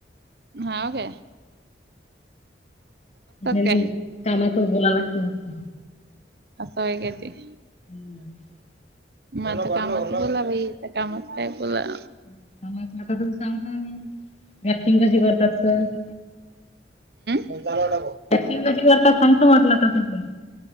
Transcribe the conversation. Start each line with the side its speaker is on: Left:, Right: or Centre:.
Right: हा ओके.
Left: चालेल
Right: काय
Left: कामात बोलाला लागत.
Right: <unintelligible>
Left: <unintelligible>
Right: मला तर कामात बोला भाई त्या कामात काय बोला.
Left: <unintelligible> ऍक्टिंग कशी करतात?
Right: <unintelligible>
Left: याक्टिंग कशी करतात सांगत म्हटलं तर तुम्ही.